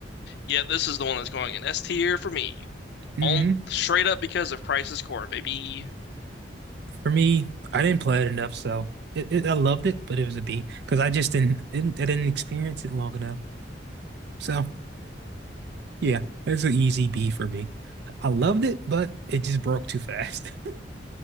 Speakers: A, on the left; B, on the right.
A: Yeah, this is the one that's going in S tier for me.
B: Mm-hmm.
A: All straight up because of Crisis Core, baby.
B: For me, I didn't play it enough, so it, it I loved it, but it was a B because I just didn't, didn't I didn't experience it long enough. So yeah, it's an easy B for me. I loved it, but it just broke too fast. <laughs>